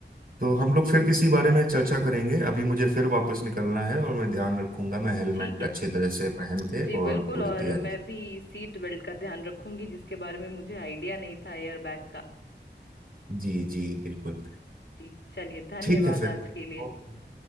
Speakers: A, on the right; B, on the left.
A: तो हम लोग फिर किसी बारे में चर्चा करेंगे अभी मुझे फिर वापस निकलना है और मैं ध्यान रखूंगा मैं हेलमेट
B: ठीक है
A: अच्छे तरह से पहन
B: जी
A: के और
B: बिल्कुल
A: पूरी
B: और
A: तैयारी
B: मैं भी सीट बेल्ट का ध्यान रखूंगी जिसके बारे में मुझे आइडिया नहीं था एयर बैग का
A: जी जी बिल्कुल
B: जी चलिए धन्यवाद
A: ठीक है फिर
B: आज के लिए
A: ओके